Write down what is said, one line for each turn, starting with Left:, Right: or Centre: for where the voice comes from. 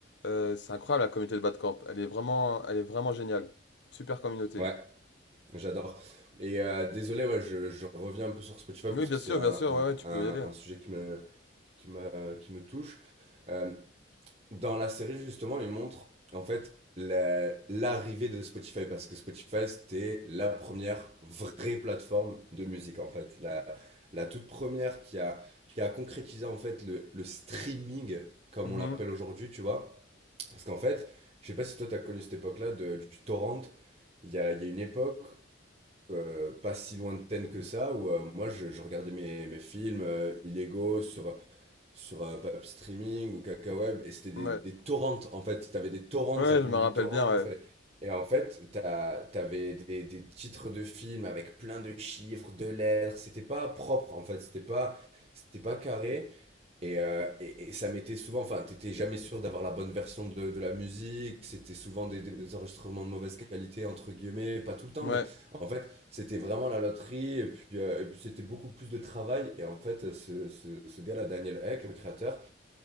Left: Euh, c'est incroyable la communauté de Badcamp. Elle est vraiment, elle est vraiment géniale. Super communauté.
Right: Ouais j'adore. Et euh, désolé, ouais, je, je reviens un peu sur Spotify
Left: Oui,
Right: parce
Left: bien
Right: que c'est
Left: sûr,
Right: un,
Left: bien sûr,
Right: un,
Left: ouais, ouais, tu
Right: un,
Left: peux y aller.
Right: un sujet qui m'a qui me, qui me touche. Euh, dans la série, justement, il montre en fait la- l'arrivée de Spotify parce que Spotify, c'était la première vraie plateforme de musique en fait. La, la toute première qui a, qui a concrétisé en fait le, le streaming, comme
Left: Mhm.
Right: on l'appelle aujourd'hui, tu vois. Parce qu'en fait, je sais pas si toi, tu as connu cette époque-là de- du torrent. Il y a, il y a une époque euh, pas si lointaine que ça où euh, moi, je, je regardais mes, mes films euh, illégaux sur sur euh, Pap Streaming ou Kakaweb, et c'était des,
Left: Ouais.
Right: des torrents, en fait. T'avais des torrents,
Left: Ouais,
Right: ça s'appelait
Left: je me rappelle
Right: du torrent.
Left: bien, ouais.
Right: fallait- Et en fait, t'as- t'avais des, des titres de films avec plein de chiffres, de lettres. C'était pas propre, en fait. C'était pas, c'était pas carré. Et, euh, et, et ça m'était souvent, enfin, t'étais jamais sûr d'avoir la bonne version de, de la musique, c'était souvent des, des enregistrements de mauvaise qualité, entre guillemets, pas tout le temps,
Left: Ouais,
Right: mais en fait, c'était vraiment la loterie, et puis, euh, et puis c'était beaucoup plus de travail, et en fait, ce, ce, ce gars-là, Daniel Eck, le créateur,